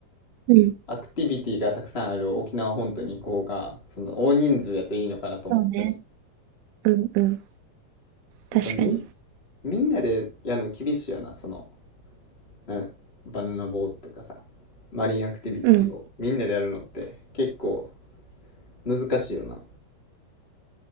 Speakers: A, on the right; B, on the left.
A: うん
B: アクティビティがたくさんある沖縄本島に行こうが、その大人数やといいのかなと思ったり。
A: そうね。うんうん。
B: で、
A: 確かに。
B: そのみん、みんなでやるの厳しいよな、その、な、バナナボートとかさ、マリンアクティビティをみんなでやるのって結構
A: うん。
B: 難しいよな。